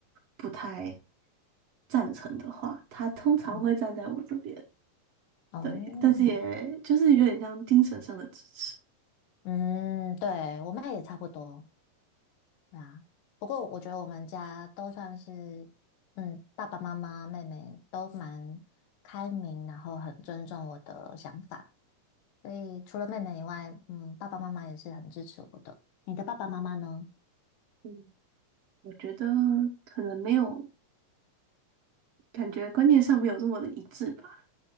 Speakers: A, on the right; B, on the left.
A: 不太赞成的话，他通常会站在我这边，
B: 嗯，哦，
A: 对，但是也就是有点像精神上的支持。
B: 嗯，对，我妹也差不多。对啊，不过我觉得我们家都算是，嗯，爸爸妈妈、妹妹都蛮开明，然后很尊重我的想法，所以除了妹妹以外，嗯，爸爸妈妈也是很支持我的。你的爸爸妈妈呢？
A: 嗯，我觉得可能没有，感觉观念上没有这么的一致吧。